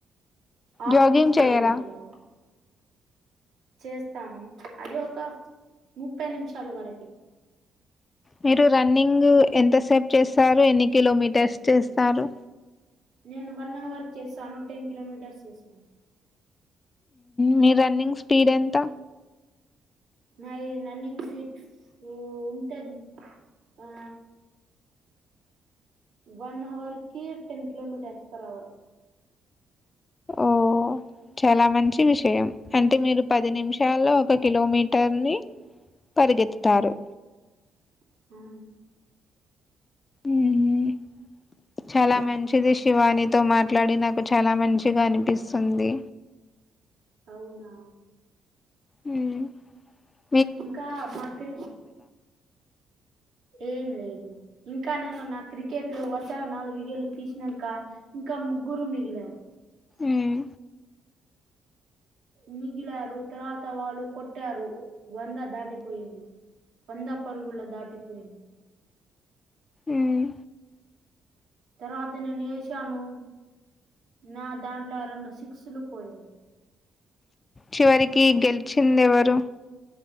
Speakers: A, on the right (about 85°); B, on the left (about 30°).
A: ఆరు
B: జాగింగ్
A: నుంచి
B: చేయరా
A: ఏడు గంటలు చేస్తాను అది ఒక ముప్పై నిమిషాలు వరకి
B: మీరు రన్నింగ్ ఎంతసేపు చేస్తారు ఎన్ని కిలోమీటర్స్ చేస్తారు
A: నేను వన్ అవర్ చేసాను టెన్ కిలోమీటర్స్ చేసాను
B: మీ రన్నింగ్ స్పీడ్ ఎంత
A: నాయి నన్నింగ్స్ సిక్స్ ఉంటది ఆ వన్ హవర్ కి టెన్ కిలోమీటర్స్ పర్ అవర్
B: ఓహో చాలా మంచి విషయం అంటే మీరు పది నిమిషాల్లో ఒక కిలోమీటర్ ని పరిగెత్తతారు
A: ఆ
B: ఊ చాలా మంచిది శివాని తో మాట్లాడి నాకు చాలా మంచిగా అనిపిస్తుంది
A: అవునా
B: ఉ
A: ఇంకా మాక్కడి ఏం లేదు ఇంకా నేను నా క్రికెట్లు వరుసగా నాలుగు వికెట్లు తీసినాంక ఇంకా ముగ్గురు మిగిలారు
B: మ్మ్
A: మిగిలారు తర్వాత వాళ్ళు కొట్టారు వంద దాటిపోయింది వందా పరుగులు దాటి పోయింది
B: మ్మ్
A: తర్వాత నేను ఏశాను నా దాంట్లో అ రెండు సిక్సులు పోయాయి
B: చివరికి గెలిచింది ఎవరు